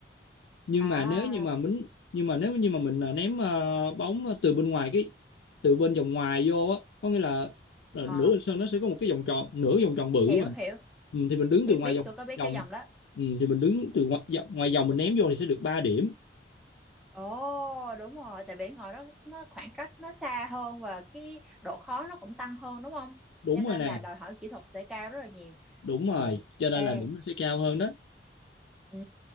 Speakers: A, on the left (about 80°); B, in the centre.
A: nhưng
B: à
A: mà nếu như mà mình nhưng mà nếu như mà mình ờ, ném ờ, bóng từ bên ngoài cái từ bên vòng ngoài vô á có nghĩa là ờ,
B: à
A: nửa bên sân nó sẽ có một cái vòng tròn nửa vòng tròn bự
B: hiểu
A: mà
B: hiểu
A: ừ, thì mình đứng
B: biết
A: từ ngoài
B: biết
A: vòng
B: tôi có biết
A: vòng
B: cái dòng đó
A: ừ, thì mình đứng từ ngoài, vòng- ngoài vòng mình ném vô thì sẽ được ba điểm
B: Ồ đúng rồi tại vì ngồi đó nó khoảng cách nó xa hơn và cái độ khó nó cũng tăng hơn đúng không
A: đúng
B: cho nên
A: rồi nè
B: là đòi hỏi kỹ thuật sẽ cao rất là nhiều
A: đúng
B: ừ
A: rồi cho nên
B: ê
A: là điểm nó sẽ cao hơn đó
B: ừ